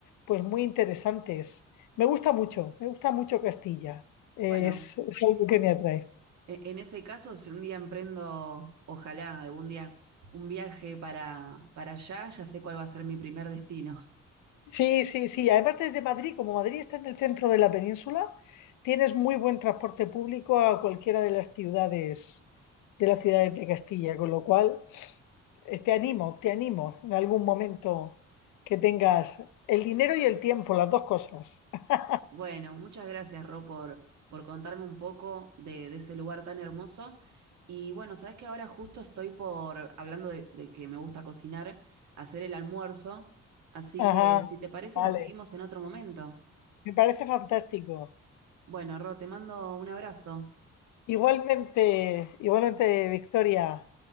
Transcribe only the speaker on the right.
Bueno,
E- En ese caso, si un día emprendo, ojalá algún día, un viaje para, para allá, ya sé cuál va a ser mi primer destino.
Bueno, muchas gracias, Ro, por, por contarme un poco de, de ese lugar tan hermoso. Y bueno, sabes que ahora justo estoy por, hablando de, de que me gusta cocinar, hacer el almuerzo. Así
que si te parece,
la seguimos en otro momento.
Bueno, Ro, te mando un abrazo.